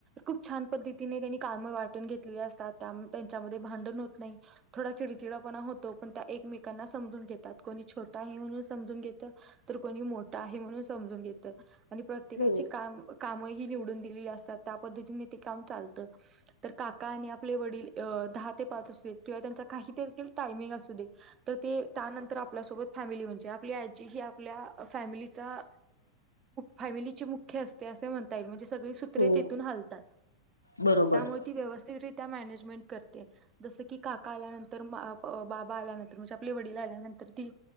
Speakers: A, on the right; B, on the left.
A: खूप छान पद्धतीने त्यांनी काम वाटून घेतलेले असतात त्या त्यांच्यामध्ये भांडण होत नाही थोडा चिडचिडपणा होतो पण त्या एकमेकांना समजून घेतात कोणी छोटा आहे म्हणून समजून घेत तर कोणी मोठं आहे म्हणून समजून घेत आणि प्रत्येकाची
B: हो
A: काम कामही निव दि असतात त्या पद्धतीने ते काम चालत तर काका आणि आपले वडील दहा ते पाच असू किंवा त्यांचा काही देखील टायमिंग असू दे तर ते त्यानंतर आपल्यासोबत फॅमिली म्हणजे आपली आजी ही आपल्या फॅमिलीचा फॅमिलीची मुख्य असते अस म्हणता येईल म्हणजे सगळी सुत्र
B: हो
A: तेथून हालतात
B: बरोबर
A: त्यामुळे ती व्यवस्थीत रीत्या मॅनेजमेंट करते जस की काका आल्यानंतर बाबा आल्यानंतर म्हणजे आपले वडील आल्यानंतर ती